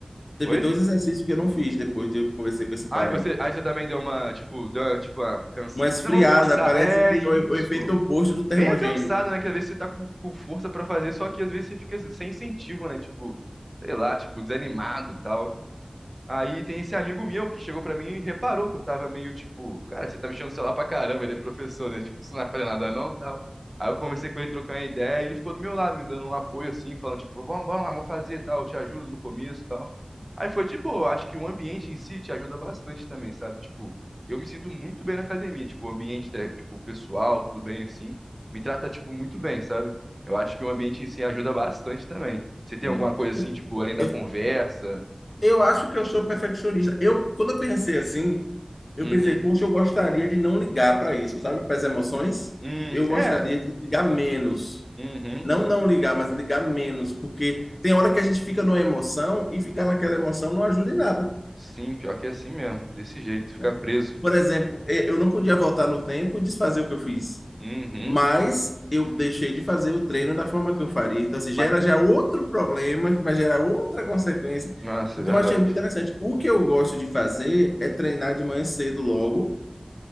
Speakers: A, on the left; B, on the right.
A: teve
B: oi?
A: dois exercícios que eu não fiz depois de eu conversar com esse
B: Aí
A: cara
B: você,
A: aí.
B: aí você também deu uma, tipo, deu uma, tipo, uma cansa...
A: Uma esfriada,
B: Não, vamos cansar.
A: parece
B: É
A: que
B: isso.
A: é o, o efeito oposto do termogênico.
B: Nem é cansado, né? Que às vezes você tá com, com força pra fazer, só que às vezes você fica sem incentivo, né? Tipo, sei lá, tipo, desanimado e tal. Aí tem esse amigo meu que chegou pra mim e reparou que eu tava meio tipo, cara, você tá mexendo no celular pra caramba, ele é professor, né? Tipo, você não vai fazer nada não, tal. Aí eu conversei com ele, trocando uma ideia, e ele ficou do meu lado, me dando um apoio assim, falando tipo, vamos, vamos lá, vamos fazer, tal, eu te ajudo no começo, tal. Aí foi de boa, acho que o ambiente em si te ajuda bastante também, sabe? Tipo, eu me sinto muito bem na academia, tipo, o ambiente, é, tipo, pessoal, tudo bem assim, me trata tipo muito bem, sabe? Eu acho que o ambiente em si ajuda bastante também. Você tem
A: Sim.
B: alguma coisa
A: Eu,
B: assim, tipo, além da
A: eu
B: conversa?
A: Eu acho que eu sou perfeccionista. Eu, quando eu pensei assim, eu
B: Uhum.
A: pensei, poxa, eu gostaria de não ligar para isso, sabe? Para as emoções,
B: Hum,
A: eu
B: é.
A: gostaria de ligar menos.
B: Uhum.
A: Não não ligar, mas ligar menos, porque tem hora que a gente fica numa emoção e ficar naquela emoção não ajuda em nada
B: Sim, pior que é assim mesmo. Desse jeito, ficar
A: né?
B: preso.
A: Por exemplo, e- eu não podia voltar no tempo e desfazer o que eu fiz,
B: Uhum.
A: mas eu deixei de fazer o treino da forma que eu faria. Então, assim, gera
B: Ma-
A: já outro problema que vai gerar outra consequência.
B: Nossa,
A: Então,
B: é verdade.
A: eu achei muito interessante. O que eu gosto de fazer é treinar de manhã cedo logo,